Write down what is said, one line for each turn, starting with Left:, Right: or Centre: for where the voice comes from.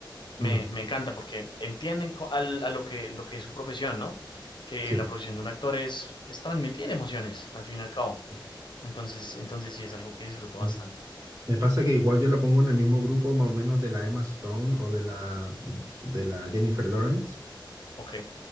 Left: me,
Right: mm,
Left: me encanta porque entienden co- al- a lo que, lo que es su profesión, ¿no? Que
Right: sí,
Left: la profesión de un actor es, es transmitir emociones, al fin y al cabo.
Right: sí.
Left: Entonces, entonces sí es algo que disfruto bastante.
Right: Me, me pasa que igual yo la pongo en el mismo grupo más o menos de la Emma Stone o de la, de la Jennifer Lawrence.
Left: Ok.